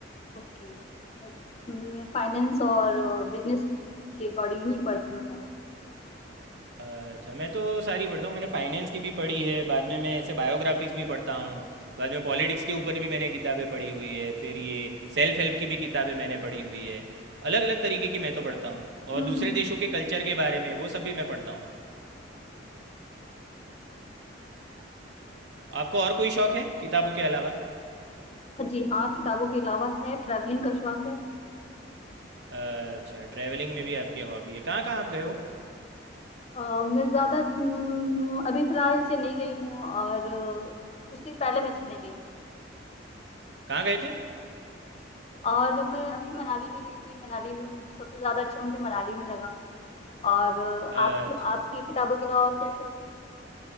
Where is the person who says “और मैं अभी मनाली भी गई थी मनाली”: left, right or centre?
Left